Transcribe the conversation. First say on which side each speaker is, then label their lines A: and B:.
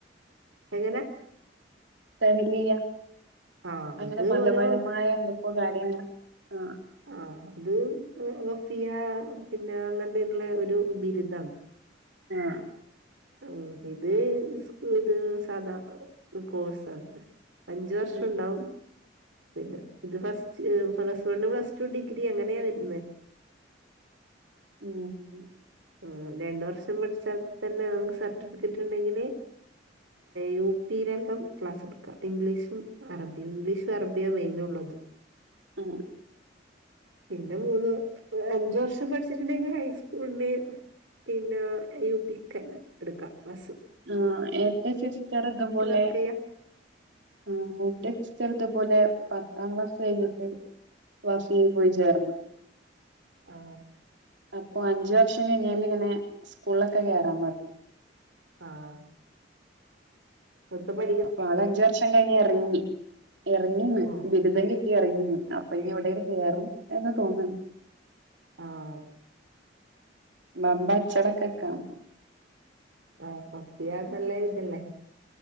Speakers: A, on the right (about 85°); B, on the right (about 70°).
A: എങ്ങനെ?
B: ഹല
A: ആഹ്
B: അങ്ങനെ
A: അത്
B: മതപരമായ
A: ഓരോ
B: നക്ക കാര്യങ്ങ ആ
A: ആ അത് ഫിയ പിന്നെ അങ്ങനുള്ള ഒരു ബിരുദാണ്
B: ആഹ
A: ആ ഇത് സ്ക ഇത് സധാ കോഴ്സാണ് അഞ്ചു വർഷം
B: ഉം
A: ഉണ്ടാവും പിന്നെ ഇത് ഫസ്റ്റ് പ്ലസ് വണ് പ്ല ു ഡിഗ്രി അങ്ങനെയാ വരുന്നത്
B: ഉം
A: ആ രണ്ട വർഷം പഠിച്ചാൽ തന്നെ നമുക്ക് സർട്ടിഫിക്കറ്റ് ഉണ്ടെങ്കില് യു പിീയിലെല്ലാം ക്ലാസ് എടുക്കുക ഇംഗ്ലീഷും അറബിയും ഇംഗ്ലീഷും അറബിയാണ് മെയിനുള്ളള്ളത്
B: ആഹ
A: പിന്നെ മൂന്ന് അഞ്ച വർഷം പഠിച്ചിട്ടുണ്ടെങ്കിൽ ഹൈസ്കൂളിന് പിന്നെ യുപിക്കല് എടുക്കാം ബസ്
B: ആഹ എന്റെ സിസ്റ്റർ അതുപോലെ
A: വർക്ക് ചെയ്യാ
B: ആ എന്റെ സിസ്റ്റർ ഇതപോലെ പത്താം ക്ലാസ് കഴിഞ്ഞിട്ട് വാഷ ചെയ് പോയി ചേർന്ന്ു
A: ആഹ
B: അപ്പൊ അഞ്ച വർഷം കഴിഞ്ഞാല് ഇങ്ങനെ സ്കൂളിലൊക്കെ കയറാന്ന് പറഞ്ഞു
A: ആഹ ഒത്തപടി
B: അപ്പൊ ആൾ അഞ്ച വർഷം കഴിഞ്ഞ് ഇറങ്ങി ഇറങ്ങിന്ന്
A: ഓഹ്
B: ബിരുദെ കട്ടി ഇറങ്ങി അപ്പൊ ഇനിവിടേും കയറും എന്ന് തോന്നാണ്
A: ആഹ
B: ബമ്പ അച്ചടക്കൊക്കാം
A: ആഹ പക്ഷിയ ആമല്ല ഇതല്ലേ